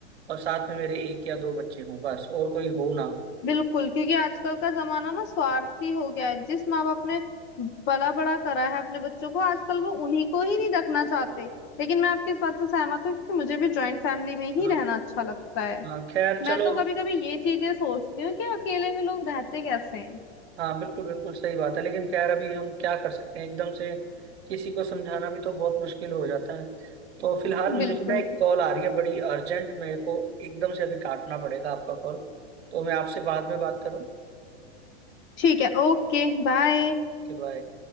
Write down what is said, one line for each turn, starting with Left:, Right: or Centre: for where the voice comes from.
Right: और साथ में मेरे एक या दो बच्चे हों बस और कोई हो ना
Left: बिल्कुल क्योंकि आजकल का जमाना ना स्वार्थी हो गया है जिस माँ बाप ने पला बड़ा करा है अपने बच्चों को आजकल वो उन्हीं को ही नहीं रखना चाहते लेकिन मैं आपकी इस बात से सहमत हूँ क्योंकि मुझे भी जॉइंट फैमिली में
Right: हाँ
Left: ही रहना अच्छा लगता है
Right: हाँ खैर
Left: मैं
Right: चलो
Left: तो कभी कभी ये चीजें सोचती हूँ कि अकेले में लोग रहते कैसे हैं
Right: हाँ बिल्कुल बिल्कुल सही बात है लेकिन खैर अभी हम क्या कर सकते हैं एकदम से किसी को समझाना भी तो बहुत मुश्किल हो जाता है तो फिलहाल
Left: बिल्कुल
Right: मुझे ना एक कॉल आ रही है बड़ी अर्जेंट मेरे को एकदम से अभी काटना पड़ेगा आपका कॉल तो मैं आपसे बाद में बात करूँ
Left: ठीक है ओके बाय
Right: Okay bye